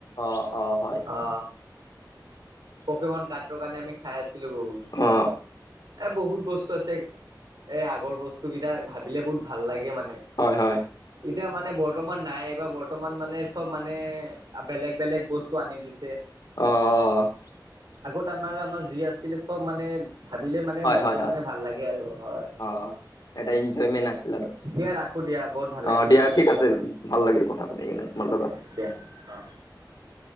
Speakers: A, on the left (about 60°); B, on the right (about 65°).
A: অ অ হয়
B: অ'। পকেমন কাৰ্ডটোৰ কাৰণে আমি খাই আছিলোঁ বহুত,
A: অ
B: এ বহুত বস্তু আছে, এ আগৰ বস্তু কেইটা ভাবিলে বহুত ভাল লাগে মানে
A: হয় হয়।
B: এতিয়া মানে বৰ্তমান নাই বৰ্তমান মানে চব মানে বেলেগ বেলেগ বস্তু আনি দিছে।
A: অ', অ'।
B: আমাৰ আমাৰ যি আছিলে চব মানে ভাবিলে মানে
A: হয়
B: মনটো
A: হয় হয়
B: মানে ভাল লাগে আৰু হয়।
A: অ এটা এনজয়মেণ্ট আছিল আৰু।
B: দিয়া ৰাখো দিয়া বহুত ভাল
A: অ'
B: লাগিল
A: দিয়া
B: তোমাৰ লগত
A: ঠিক আছে ভাল লাগিল কথা পাতি কিনে তোমাৰ লগত।
B: অ দিয়া অ'।
A: <inaudible>